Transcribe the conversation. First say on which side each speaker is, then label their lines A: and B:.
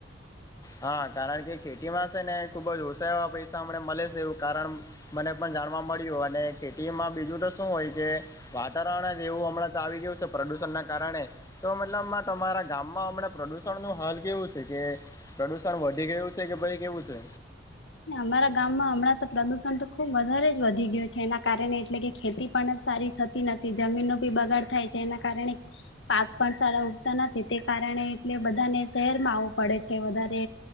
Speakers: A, on the left; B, on the left.
A: હા, કારણ કે ખેતીમાં છે ને ખુબ જ ઓછા એવા પૈસા અમને મળે છે, એવું કારણ મને પણ જાણવા મળ્યું અને ખેતીમાં બીજું તો શું હોય કે વાતાવરણ જ એવું હમણાં તો આવી ગયું છે પ્રદુષણ ના કારણે તો મતલબમાં તમારા ગામમાં હમણાં પ્રદુષણ નું હલ કેવું છે કે, પ્રદુષણ વધી ગવું છે કે ભય કેવું છે,
B: અમારા ગામમાં હમણાં તો પ્રદુષણ તો ખુબ વધારે જ વધી ગયું છે, એના કારણે એટલે કે ખેતી પણ સારી થતી નથી જમીનનો બી બગાડ થાય છે, એના કારણે પાક પણ સારા ઉગતા નથી, તે કારણે એટલે બધાને શહેરમાં આવવું પડે છે, વધારે